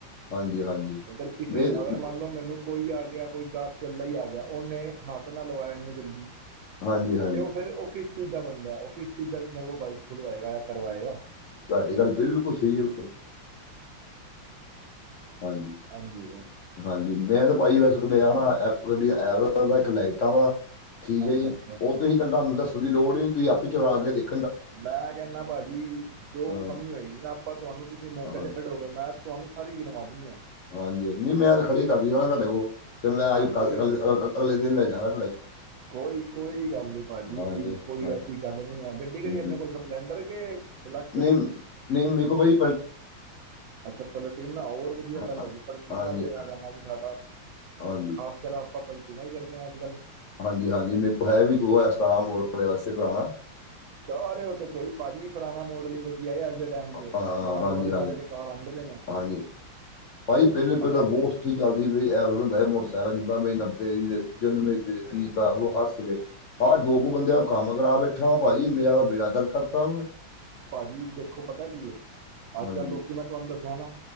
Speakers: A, on the left; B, on the right.
A: ਹਾਂਜੀ ਹਾਂਜੀ
B: ਅਗਰ ਕਿਸੇ
A: ਮੇਰ
B: ਨੂੰ ਅਗਰ ਮੰਨ ਲੋ ਮੈਨੂੰ ਕੋਈ ਆ ਗੇਆ, ਕੋਈ ਗਾਹਕ ਚੱਲਦਾ ਈ ਆ ਗੇਆ ਓਨੇ- ਹਾੱਥ ਨਾ ਲਵਾਏ ਐਨੀ ਗੰਦੀ,
A: ਹਾਂਜੀ ਹਾਂਜੀ
B: ਤੇ ਓ ਫੇਰ ਓ ਕਿਸ- ਸਿੱਦਾ ਬੰਦਾ, ਓ ਕਿਸ ਸਿੱਦਾ ਮੇਰੇ ਕੋ ਬਾਈਕ ਖੁਲਵਾਏਗਾ ਯਾ ਕਰਵਾਏਗਾ।
A: ਤੁਹਾਡੀ ਗਾੱਲ ਬਿਲਕੁਲ ਸਈ ਏ ਹਾਂਜੀ।
B: ਹਾਂਜੀ, ਹਾਂ।
A: ਹਾਂਜੀ, ਮੈਂ ਭਾਜੀ ਵੈਸੇ ਦਦੇ ਆਣਾ ਐ ਹੋਵੇ ਕਦੇ ਐਵਰੇਜ ਦਾ, ਇੱਕ ਲਾਈਟਾਂ ਦਾ ਠੀਕ
B: ਅੱਛਾ
A: ਐ ਜੀ
B: ਅੱਛਾ
A: ਓ ਤੁਸੀਂ ਤਾਂ ਤੁਹਾਨੂੰ ਦੱਸਨ ਦੀ ਲੋੜ ਈ ਨੀ ਹੂੰਦੀ, ਤੁਸੀ ਆਪੇ ਚਲਾ ਕੇ ਦੇਖ
B: ਮੈਂ ਕੈਨਾ ਭਾਜੀ ਜੋ
A: ਹਾਂ
B: ਕਮੀ ਹੋਏਗੀ ਨਾ, ਆਪਾਂ ਤੁਹਾਨੂੰ ਤੁਸੀਂ ਮੌਕੇ
A: ਹਾਂ
B: ਤੇ ਖੜੇ ਹੋਗੇ ਮੈਂ ਤੁਹਾਨੂੰ ਸਾਰੀ ਗਿਨਵਾ ਦੇਨੀ ਆ।
A: ਹਾਂਜੀ-ਹਾਂਜੀ, ਨੀ ਮੈਂ ਤੇ ਖੜੀ ਕਰਕੇ ਜਾਣਾ ਤੁਹਾਡੇ ਕੋਲ਼ ਫੇਰ ਮੈਂ
B: ਹਾਂ
A: ਅੱਜ-ਕੱਲ
B: ਕੋਈ
A: ਅਗਲੇ
B: ਗੱਲ ਨਹੀਂ
A: ਗ, ਗ ਦਿਨ ਲੈ ਜਾਂਗਾ।
B: ਕੋਈ, ਕੋਈ ਗਾੱਲ ਨੀ ਭਾਜੀ,
A: ਹਾਂਜੀ,
B: ਕੋਈ
A: ਹਾਂਜੀ,
B: ਐਸੀ ਗੱਲ ਨਈ ਐ। ਗੱਡੀ ਕੇੜੀ
A: ਹੂੰ,
B: ਅਪਨੇ ਕੋਲ ਸਪਲੈਂਡਰ ਕੇ ਡਿਲਕਸ
A: ਨਹੀਂ ਨਹੀਂ ਮੇਰੇ ਕੋ ਬਾਈ
B: ਅੱਛਾ ਪਲਟੀਨਾ ਹੋਰ ਵਧੀਆ
A: ਹਾਂ,
B: ਗੱਲ ਹੈ ਜੀ ਪਲਟੀਨਾ
A: ਹਾਂਜੀ,
B: ਤੇ ਮੈਂ ਕਹਣਾ ਜੀ ਸਾਡਾ
A: ਹਾਂਜੀ
B: ਖਾਸ ਕਰ ਆਪਾਂ ਪਲਟੀ ਨਾ ਹੀ ਕਰੇ ਹਾਂ ਅੱਜ ਕੱਲ੍ਹ
A: ਹਾਂਜੀ ਹਾਂਜੀ ਮੇਰੇ ਕੋਲ ਹੈ ਵੀ ਦੋ ਇਸ ਤ ਮੋ ਵਾਲੇ ਵਾਸੇ ਪੁਰਾਉਣਾ।
B: ਚਾਰੇ ਉਹ ਤੇ ਕੋਈ ਭਾਜੀ ਪੁਰਾਣਾ ਮੋਡਲ ਹੀ ਵਧੀਆ ਅੱਜ ਦੇ ਟਾਈਮ ਚ
A: ਹਾਂ,
B: ਨਵਾਂ
A: ਹਾਂਜੀ,
B: ਮੋਡਲ
A: ਹਾਂਜੀ,
B: ਸਾਰੇਖ ਘ ਆੰਦੇ ਪੈ ਨੇ
A: ਹਾਂਜੀ ਭਾਈ ਪਹਿਲਲੇ ਪਹਿਲਾਂ
B: ਐਸਾ
A: ਬਹੁ ਚੱਲਦੀ ਮੇਰੀ ਐਵਰੇਜ ਹੁੰਦਾ ਸੀ ਮੋਟਰਸਾਈਕਲ ਜਿੰਦਾ ਮੇ ਨੱਬੇ ਜਨਮੇ ਦੀਣੀ ਉਹ ਹੱਸ ਗਏ ਆਹ ਦੋ ਕੁ ਬੰਦਿਆਂ ਕੰਮ ਕਰਾ ਬੈਠਾ ਭਾਜੀ ਮੈਂਆਦਾ ਬੇੜਾ ਗਰ ਕਰਤਾ ਉਹਨਾਂ ਨੇ
B: ਭਾਜੀ ਦੇਖੋ ਪਤਾ ਕੀ ਹੈ ਅੱਜ
A: ਹਾਂਜੀ,
B: ਕੱਲ ਲੋਕੀ ਮਤ ਤੁਹਾਨੂੰ ਦੱਸਿਆ ਨਾ